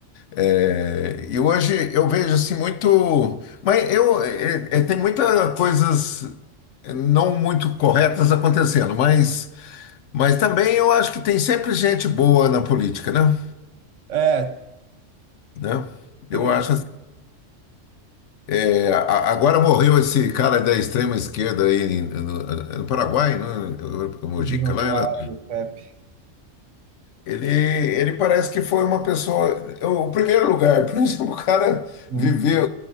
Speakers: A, on the left; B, on the right.
A: eh, e hoje eu vejo assim muito. Mas eu, eh, eh, tem muitas coisas não muito corretas acontecendo, mas, mas também eu acho que tem sempre gente boa na política, né?
B: É,
A: Né?
B: também.
A: Eu acho É, a- agora morreu esse cara da extrema esquerda aí em- no, no Paraguai, né? O Mojica
B: Uruguai,
A: lá. ela-
B: o Pepe.
A: ele, ele parece que foi uma pessoa. O, o primeiro lugar, <laughs> por exemplo, o cara
B: Uhum.
A: viveu,